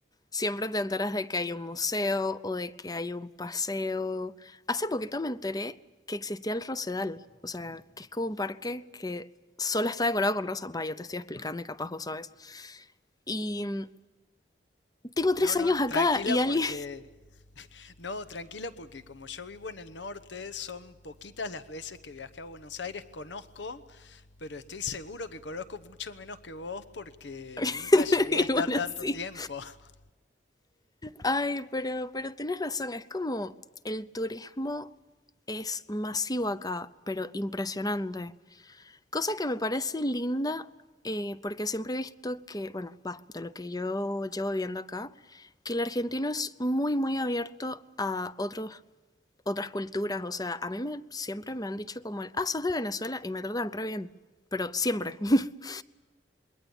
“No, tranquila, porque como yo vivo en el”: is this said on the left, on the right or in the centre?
Left